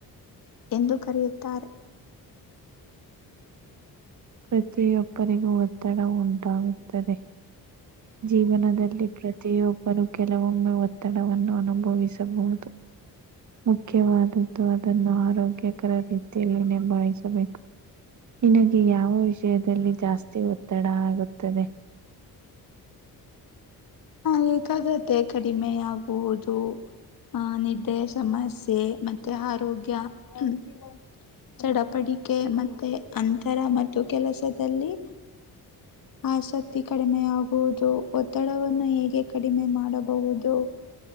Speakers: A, on the left (about 65°); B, on the right (about 50°).
A: ಎಂದು ಕರೆಯುತ್ತಾರೆ
B: ಪ್ರತಿಯೊಬ್ಬರಿಗೂ ಒತ್ತಡ ಉಂಟಾಗುತ್ತದೆ ಜೀವನದಲ್ಲಿ ಪ್ರತಿಯೊಬ್ಬರು ಕೆಲವೊಮ್ಮೆ ಒತ್ತಡವನ್ನು ಅನುಭವಿಸಬಹುದು ಮುಖ್ಯವದುದ್ದು ಅದು ನ್ನು ಆರೋಗ್ಯಕರ ರೀತಿಯಲ್ಲಿ ನಿಭಾಯಿಸಬೇಕು ನಿನಗೆ ಯಾವ ವಿಷಯದಲ್ಲಿ ಜಾಸ್ತಿ ಒತ್ತಡ ಆಗುತ್ತದೆ
A: ಹ ಏಕಾಗತ್ತೆ ಕಡಿಮೆ ಆಗುವುದು ಆಹ ನಿದ್ದೆ ಸಮಸ್ಯೆ ಮತ್ತೆ ಆರೋಗ್ಯ್ಮ <inaudible> ಚಡಪಡಿಕೆ ಮತ್ತೆ ಅಂತರ ಮತ್ತು ಕೆಲಸದಲ್ಲಿ ಹಾ ಸತಿ ಕಡಿಮೆ ಯ ಹೌದು ಒತ್ತಡವನ್ನು ಹೇಗೆ ಕಡಿಮೆ ಮಾಡಬಹುದು